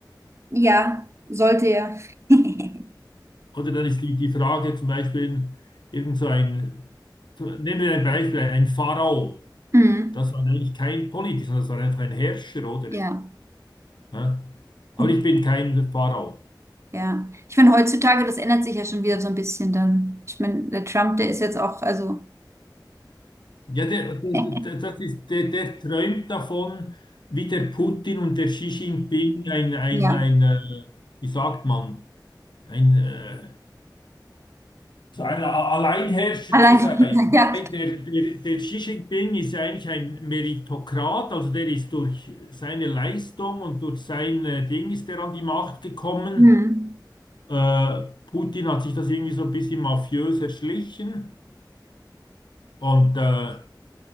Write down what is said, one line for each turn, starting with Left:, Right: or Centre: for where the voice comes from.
Right: Ja, sollte ja. <laughs>
Left: Oder dann ist die, die Frage zum Beispiel, irgend so ein, so- nehmen wir ein Beispiel, ein Pharao.
Right: Mhm.
Left: Das war eigentlich kein Politiker, sondern das war einfach ein Herrscher, oder?
Right: Ja,
Left: Ja.
Right: gut,
Left: Aber ich bin kein Pharao.
Right: ja. Ich meine, heutzutage, das ändert sich ja schon wieder so ein bisschen dann. Ich meine, der Trump, der ist jetzt auch, also,
Left: Ja, der, der,
Right: <laughs>
Left: der- das ist, der, der träumt davon, wie der Putin und der Xi Jinping ein, ein,
Right: ja,
Left: ein, äh, wie sagt man, ein, äh, so ein A- Alleinherrscher
Right: allein,
Left: zu sein.
Right: <laughs> ja.
Left: Hey, Der, der, der Xi Jinping ist ja eigentlich ein Meritokrat, also der ist durch seine Leistung und durch sein äh, Ding ist er an die Macht gekommen.
Right: Mhm.
Left: Äh, Putin hat sich das irgendwie so ein bisschen mafiös erschlichen und äh,